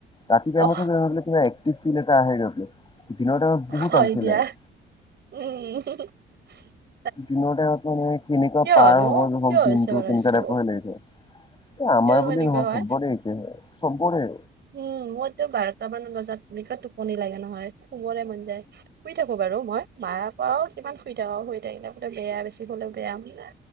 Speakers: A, on the left (about 25°); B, on the right (about 60°).
A: ৰাতি টাইমতেবা
B: অ',
A: ফিল এটা আহে দিন বহুত
B: হয়
A: আলচি
B: দিয়া
A: লাগে।
B: উম।
A: দিনৰ টাইপত মানে কেনেকুৱা
B: কিয়নো
A: পাৰ হ'ব হওক
B: কিয়
A: দমটো
B: হৈছে বাৰু
A: তেনেকুৱা
B: এইটো
A: টাইপৰ হৈ লাগিছে। আমাৰ
B: কিয়নো
A: বুলি
B: এনেকুৱা
A: নহয়
B: হয়।
A: সবৰে এয়া হয় চবৰে।
B: উম মইত বাৰটাামান বজাত এনেকুৱা টোপনি লাগে নহয়। শুবলে মন যায় শুই থাকো বাৰু মই। মাৰ পৰাও কিমান শুই থাকক আৰু হৈ থাকিল ত আে বেয়া বেছি হ'লে বেয়া হ নাই।